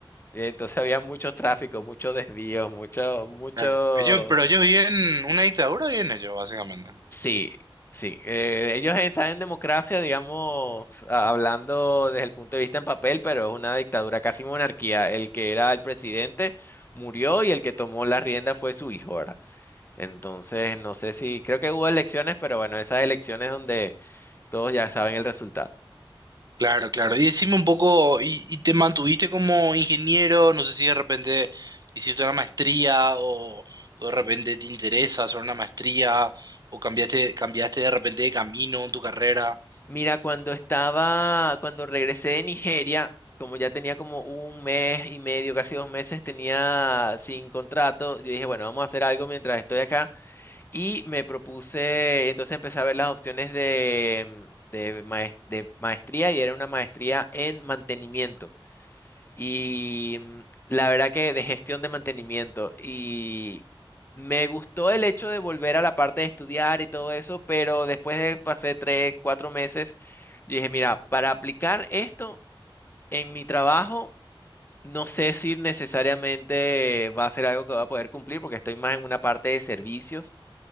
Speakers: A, on the left; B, on the right.
A: Entonces había mucho tráfico, mucho desvío, mucho, mucho.
B: Claro. Ellos, pero ellos viven una dictadura, viven ellos, básicamente.
A: Sí, sí. eh, ellos están en democracia, digamos, a- hablando desde el punto de vista en papel, pero es una dictadura, casi monarquía. El que era el presidente murió y el que tomó la rienda fue su hijo, ¿verdad? Entonces, no sé si, creo que hubo elecciones, pero bueno, esas elecciones donde todos ya saben el resultado.
B: Claro, claro. Y decime un poco, ¿y, y te mantuviste como ingeniero? No sé si de repente hiciste una maestría o, o de repente te interesa hacer una maestría o cambiaste, cambiaste de repente de camino en tu carrera.
A: Mira, cuando estaba, cuando regresé de Nigeria, como ya tenía como un mes y medio, casi dos meses, tenía sin contrato, yo dije, bueno, vamos a hacer algo mientras estoy acá. Y me propuse, entonces empecé a ver las opciones de, mm, de, maes- de maestría y era una maestría en mantenimiento. Y mm, la verdad que de gestión de mantenimiento. Y me gustó el hecho de volver a la parte de estudiar y todo eso, pero después de pasé tres, cuatro meses, yo dije, mira, para aplicar esto en mi trabajo, no sé si necesariamente va a ser algo que voy a poder cumplir porque estoy más en una parte de servicios.